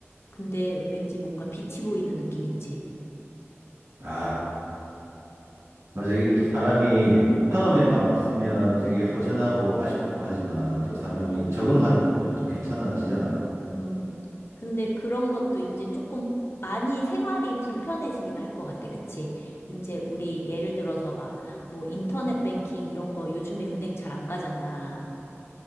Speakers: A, on the left (about 60°); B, on the right (about 80°).
A: 근데 왠지 뭔가 빛이 보이는 느낌 있지.
B: 아, 맞아. 이게 또 사람이
A: 어,
B: 처음에 막 없으면 되게 허전하고 아쉽고 하지만 또 사람이
A: 음,
B: 적응하다 보면 또 괜찮아지잖아.
A: 음. 근데 그런 것도 이제 조금 많이 생활이 불편해지긴 할 것 같아. 그치? 이제 우리 예를 들어서 막 뭐 인터넷 뱅킹 이런 거 요즘에 은행 잘 안 가잖아.